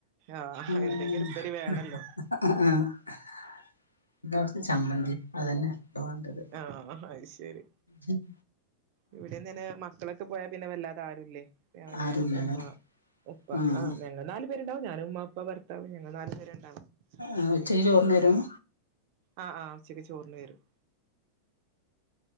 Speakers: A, on the right; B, on the left.
A: ആഹ്
B: ആഹ്
A: എന്തെങ്കി ഒരു ഉപ്പേരി വേണെല്ലോ
B: ആഹ് ആഹ് പിന്നെ കൊറച്ച് ചമ്മന്തിം അതന്നെ പ്പൊ വേണ്ടത്
A: ആഹ് ആഹ് ആഹ് അത് ശരി
B: ഉം
A: ഇവിടേം തന്നെ മക്കളക്കെ പോയാ പിന്നെ വല്ലാതെ ആരുംല്ലേ ഞാന്
B: ആരുല്ലല്ലോ
A: ഉമ്മ ഉപ്പ
B: ആഹ്
A: ആ ഞങ്ങ നാല് രുണ്ടാവുംഞും ഉമ്മപ്പ ഭർത്താവ് ങ്ങൾ നാല് പേരുണ്ടാവും
B: ആഹ് ഉച്ചക്ക്
A: പിന്നെ
B: ചോറിന്നെരും
A: ആഹ് ആഹ് ഉച്ചക്ക് ചോറിന് വരും